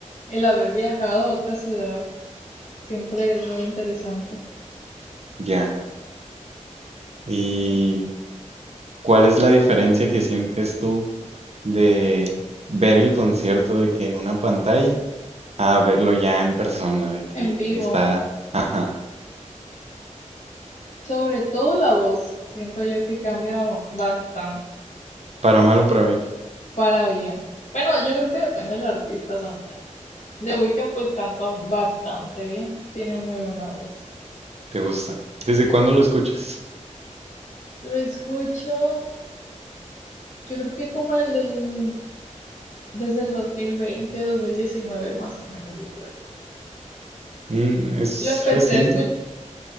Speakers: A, on the left; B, on the right.
A: el haber viajado a otra ciudad siempre es muy interesante
B: Ya. ¿Y
A: eh,
B: cuál es la diferencia que sientes tú de ver el concierto de que en una pantalla a verlo ya en persona, de que
A: en vivo.
B: está, ajá,
A: Sobre todo la voz, siento yo que cambia bastante
B: para mal o para bien,
A: para bien. Bueno, yo creo que depende del artista también. The Weeknd pues canta bastante bien, tiene muy buena voz.
B: te gusta? ¿Desde cuándo lo escuchas?
A: Lo escucho, yo creo que como el del desde el 2020, 2019 más o menos, yo creo.
B: Mm, ¿es
A: Lo empecé
B: reciente?
A: a escuchar,